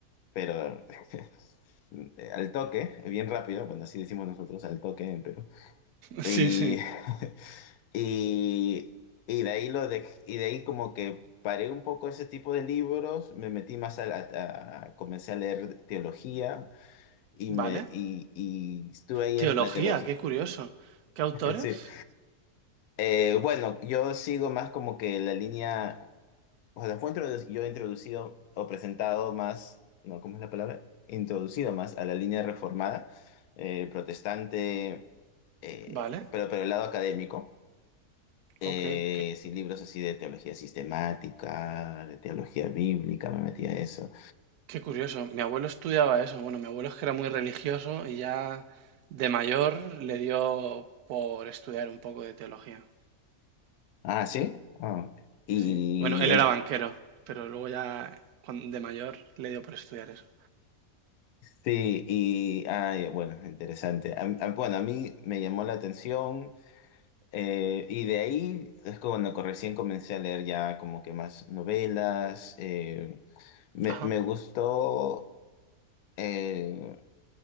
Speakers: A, on the left; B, on the right.
A: pero <laughs> al toque, bien rápido, bueno, así decimos nosotros, al toque en Perú. Y
B: Sí, sí.
A: <laughs> Y, y de ahí lo dej- y de ahí como que paré un poco ese tipo de libros, me metí más a la, a- comencé a leer teología y
B: Vale.
A: me y, y estuve ahí
B: Teología,
A: en la teología.
B: qué curioso. ¿Qué autores?
A: <laughs> Sí. Eh, bueno, yo sigo más como que la línea, o sea, fue introdu- yo he introducido o presentado más, no, ¿cómo es la palabra? Introducido más a la línea reformada, eh, protestante, eh,
B: Vale.
A: pero pero el lado académico. Eh,
B: Ok, qué,
A: sí, libros así de teología sistemática, de teología bíblica, me metí a eso.
B: qué curioso. Mi abuelo estudiaba eso. Bueno, mi abuelo es que era muy religioso y ya de mayor le dio por estudiar un poco de teología.
A: Ah, sí. Ah, ok. y
B: Sí. Bueno, él
A: en
B: era
A: es-
B: banquero, pero luego ya cuan- de mayor le dio por estudiar eso.
A: sí, y ay, bueno, interesante. A- a- bueno, a mí me llamó la atención eh, y de ahí es cuando co- recién comencé a leer ya como que más novelas. eh, me,
B: Ajá,
A: me gustó, eh,